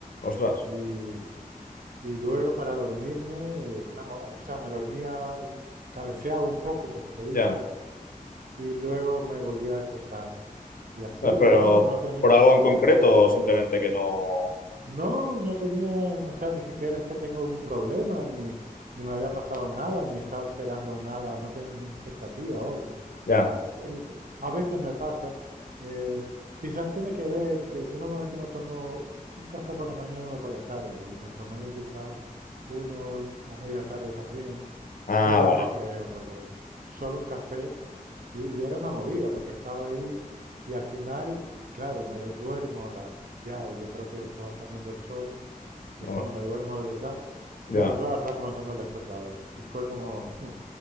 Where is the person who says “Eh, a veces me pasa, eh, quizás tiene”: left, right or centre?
Right